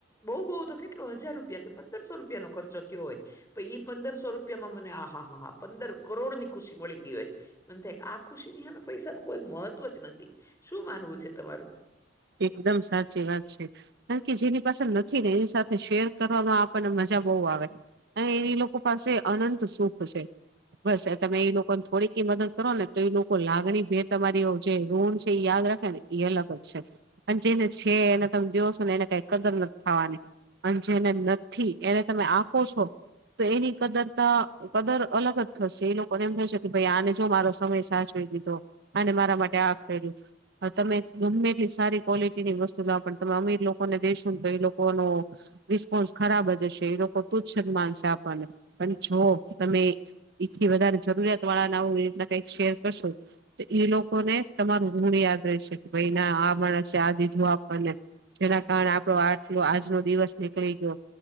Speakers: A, on the left; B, on the right.
A: બહુ બહુ તો કેટલો હજાર રૂપિયા કે પંદરસો રૂપિયા રૂપિયા નો ખર્ચો થયો હોય. પ ઈ પંદરસો રૂપિયામાં મને આ હા હા હા પંદર કરોડ ની ખુશી મળી ગઈ હોય. મને થાય આ ખુશી ની આ પૈસા ન કોઈ મહત્વ જ નથી શું માનવું છે, તમારુ
B: એકદમ સાચી વાત છે. કારણ કે જેની પાસેળ નથી ને એની સાથે શેર કરવામાં આપણને મજા બહુ આવે અને એની લોકો પાસે અનત સુખ છે. બસ તમે ઈ લોકોને થોડીક મદદ કરો ને તો એઈ લોકો લાગણી ભે તમારી જે ઋણ છેએ, યાદ રાખે ને એ અલગ જ છે અને જેને છે, એને તમે દવ છો, ને એને કઈ કદર નથી થવાની. અને જેને નથી, એને તમે આપો છો. તો એની કદરતા કદર અલગ જ થશે એ લોકોને એમ થશે કે ભાઈ આને જો મારો સમય સાચ ધો અને મારા માટે આગ કર્યું તમે ગમે તે સારી ક્વોલિટી ની વસ્તુ ના પણ તમે અમીર લોકોને દઈેશો ને તો એ લોકોનો રિસ્પોન્સ ખરાબ જ હશે એ લોકો તુચ્છ જ માનશે આપણને પણ જો તમે એથી વધારે જરૂરિયાત વાળા નાું એીના કઈક શેર કરશો તો એ લોકો ને તમારુ ગુણ યાદ રહેશે કે ભાઈ ના આ માણસ દીધું આપણને જેના કારણે આપડો આટલો આજનો દિવસ નીકળી ગયો.